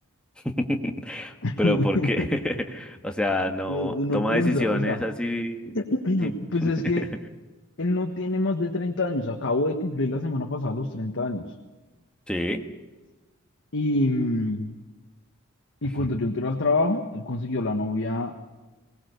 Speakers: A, in the centre; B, on the left.
A: <laughs>
B: <laughs>
A: Pero ¿por qué? <laughs> O sea, no
B: No no
A: toma
B: piensa,
A: decisiones
B: o sea,
A: así.
B: <clears throat>
A: sin-
B: pues
A: <laughs>
B: es que él no tiene más de 30 años. Acabo de cumplir la semana pasada los 30 años.
A: Sí,
B: Y, mm, y
A: <laughs>
B: cuando yo entré al trabajo, él consiguió la novia